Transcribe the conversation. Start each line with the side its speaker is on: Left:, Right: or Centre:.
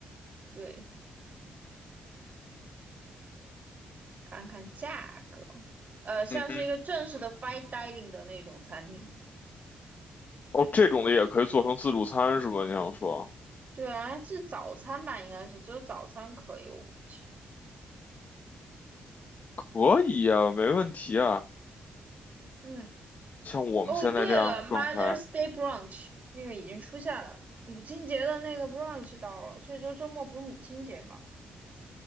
Right: 对，看看价格，呃，像是一个正式的
Left: 嗯哼，
Right: fine dining 的那种餐厅，
Left: 哦，这种的也可以做成自助餐是吧？你想说？
Right: 对啊，是早餐吧，应该是只有早餐可以，我估计，
Left: 可以呀，没问题啊。
Right: 嗯，
Left: 像我们现在这样的状态，
Right: 哦，对了，Mother's Day brunch 那个已经出现了，母亲节的那个 brunch 到了，这周周末不是母亲节吗？